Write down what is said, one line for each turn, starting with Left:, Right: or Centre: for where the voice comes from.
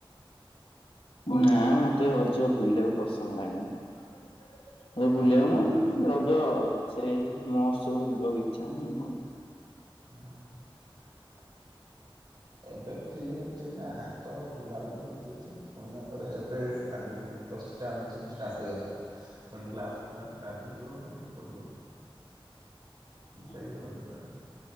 Left: ନା ମତେ ଅଜ ପୁଲିବାକୁ ପସନ୍ଦ ଲାଗେନି।
Right: କଣ
Left: ବୁଲିବାକୁନ
Right: ପାଇଁ ରଜ କଣ
Left: ରଜ ସେ ମୋହଉତ୍ସବ ଯିବାକୁ ଇଚ୍ଛା ହୁଁ ହୁ।
Right: ହ ଏବେ ଫ୍ରିଥିଲା ତ ବୁଲାବୁଲି କରିଦଉଛି ପୁଣି ଆ ପରେ ଏବେ ଆଜିଠୁୁ ପୁଣି ପ୍ଲସ ଟୁ ଆଡିମିସନ୍ ଷ୍ଟାର୍ଟ ହେଇଗଲା। ପୁଣି କ୍ଲାସ ଫ୍ଲାସ ଷ୍ଟାର୍ଟ ହେଇଯିବ ପୁଣି ସପଟି
Left: ଆଉ।
Right: ଯାଇନି ବାହାରେ